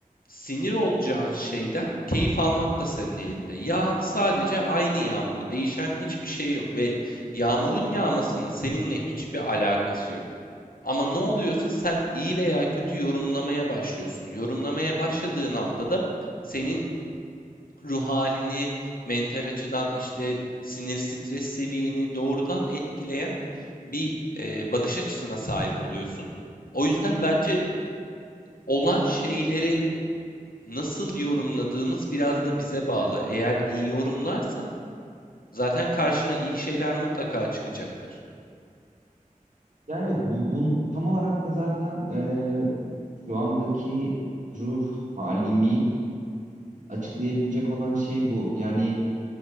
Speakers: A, on the left; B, on the right.
A: sinir olacağın şeyden keyif almak da senin elinde. Yağan sadece aynı yağmur. Değişen hiçbir şey yok ve yağmurun yağmasının seninle hiçbir alakası yok. Ama ne oluyorsa sen iyi veya kötü yorumlamaya başlıyorsun. Yorumlamaya başladığın anda da senin ruh halini, mental açıdan işte sinir stres seviyeni doğrudan etkileyen bir e, bakış açısına sahip oluyorsun. O yüzden bence olan şeyleri nasıl yorumladığımız biraz da bize bağlı. Eğer iyi yorumlarsan zaten karşına iyi şeyler mutlaka çıkacaktır.
B: Ya evet bu, bu tam olarak da zaten e, şu andaki ruh halimi açıklayabilecek olan şey bu. Yani